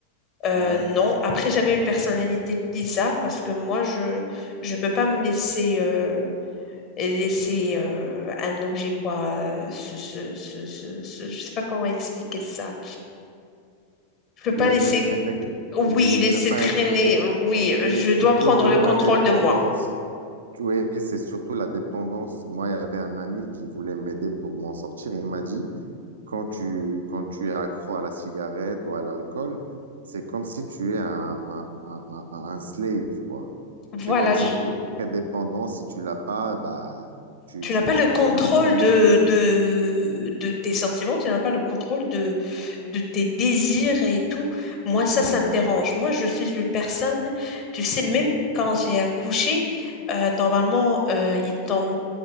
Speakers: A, on the left; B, on the right.
A: Euh,
B: Mhm.
A: non. Après, j'avais une personnalité bizarre parce que moi, je je peux pas me laisser euh, laisser euh, un objet quoi. euh, Ce, ce, ce, ce, ce- je sais pas comment expliquer ça. Je peux pas
B: Laisser
A: laisser
B: traîner,
A: oui,
B: oui,
A: laisser
B: ne pas
A: traîner.
B: être... dé-
A: Oui,
B: Et
A: je
B: surtout
A: dois prendre
B: le-
A: le contrôle
B: la dépendance.
A: de moi.
B: Oui, c'est surtout la dépendance. Moi, il y avait un ami qui voulait m'aider pour m'en sortir. Il m'a dit, quand tu, quand tu es accro à la cigarette ou à l'alcool, c'est comme si tu es un, un, un, un- un slave, quoi.
A: Voilà,
B: C'est comme si
A: je-
B: tu es très dépendant. Si tu l'as pas, bah, tu,
A: tu
B: tu,
A: n'as pas
B: tu,
A: le contrôle
B: tu es en manque.
A: de, de, de tes sentiments, tu n'as pas le contrôle de, de tes désirs et tout. Moi, ça,
B: Mm,
A: ça me dérange. Moi, je suis une personne, tu sais, même quand j'ai accouché, euh, normalement, euh, ils t'en-